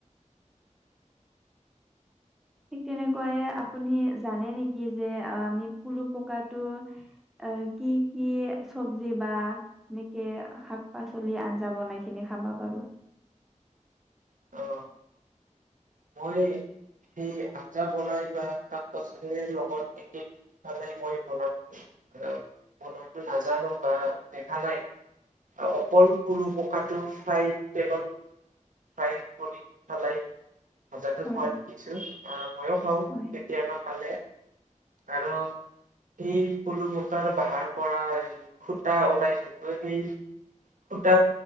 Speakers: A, in the centre; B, on the right.
A: ঠিক তেনেকৈয়ে আপুনি জানে নেকি যে আমি পুলু পকাটো অ কি কি চব্জি বা সেনেকে শাক- পাচলি আঞ্জা বনাই খিনি খাবা পাৰো।
B: অ। মইয়ে সেই আঞ্জা বনাই বা শাক পাচলিৰ লগত দি পনাই মই বনাম। অ বনটো নাজানো বা দেখা নাই। অকল সৰু পকাটো ফ্ৰাই তেলত ফ্ৰাই কৰি খালাই। ভাজাটো
A: হয়
B: খোৱা দেখিছো আহ মইয়ো খাওঁ
A: হয়
B: কেতিয়াবা খালে। কাৰণ এই পলু পকাৰ বাহাৰ পৰা খুটা ওলাই যেটো সেই। সূতা